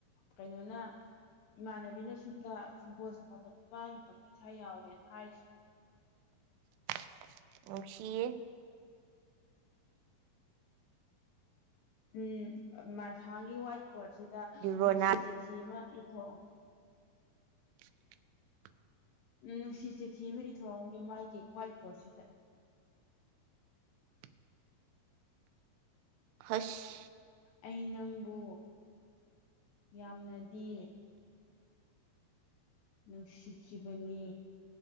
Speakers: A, on the left; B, on the right.
A: ꯀꯩꯅꯣꯅ ꯏꯃꯥꯟꯅꯕꯤꯅ ꯁꯣꯨꯝꯗ ꯐꯨꯠꯕꯣꯜ ꯁꯥꯟꯅꯕ ꯅꯨꯄꯥꯒꯤ ꯃꯃꯤꯡ ꯁꯥꯥꯏ ꯌꯥꯎꯔꯦꯅ ꯍꯥꯏꯔꯤꯁꯦ
B: <inaudible> ꯑꯣꯁꯤꯌꯦ
A: ꯎꯝ ꯃꯁꯥꯒꯤ ꯋꯥꯏꯠ ꯕꯣꯔꯗꯁꯤꯗ
B: ꯔꯣꯅꯥꯜ
A: ꯅꯨꯡꯁꯤ ꯆꯤꯊꯤ ꯑꯃ ꯏꯊꯣꯛꯑꯣ
B: <unintelligible>
A: ꯅꯨꯡꯁꯤ ꯆꯤꯊꯤ ꯑꯃ ꯏꯊꯣꯛꯑꯝꯒꯦ ꯃꯥꯒꯤ ꯋꯥꯏꯠ ꯕꯣꯔꯗꯁꯤꯗ
B: <inaudible> ꯍꯁ
A: ꯑꯩ ꯅꯪꯕꯨ ꯌꯥꯝꯅꯗꯤ ꯅꯨꯡꯁꯤꯈꯤꯕꯅꯤ